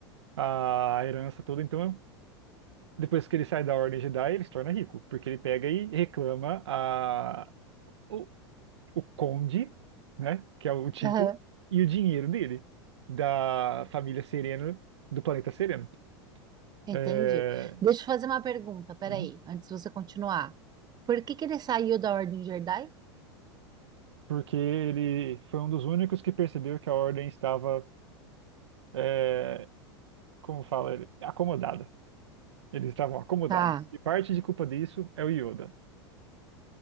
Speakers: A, on the right; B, on the right.
A: à herança toda. Então, depois que ele sai da Ordem Jedi, ele se torna rico, porque ele pega e reclama a... o, o conde, né? Que é o título,
B: Aham,
A: e o dinheiro dele, da família Sereno, do planeta Sereno.
B: entendi.
A: É,
B: Deixa eu fazer uma pergunta, peraí,
A: sim,
B: antes de você continuar. Por que que ele saiu da Ordem Jedi?
A: porque ele foi um dos únicos que percebeu que a ordem estava, é, como fala ele, acomodada. Eles estavam acomodados.
B: Tá,
A: E parte de culpa disso é o Yoda.